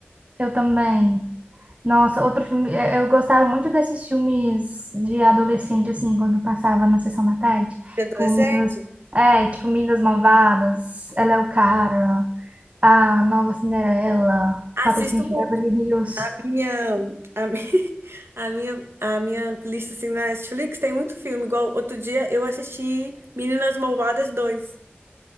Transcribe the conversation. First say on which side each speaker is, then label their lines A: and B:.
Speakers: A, on the right (about 35°); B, on the right (about 75°).
A: Eu também. Nossa, outro filme. eh, Eu gostava muito desses filmes de adolescente, assim, quando passava na sessão da tarde.
B: De adolescente?
A: Tipo, Meninas. É, tipo, Meninas Malvadas, Ela é o Cara, A Nova Cinderela, Patrocínio
B: Assisto muito.
A: de Beverly Hills.
B: A minha, a mi- <laughs> a minha, a minha lista assim, na Netflix tem muito filme. Igual outro dia eu assisti Meninas Malvadas dois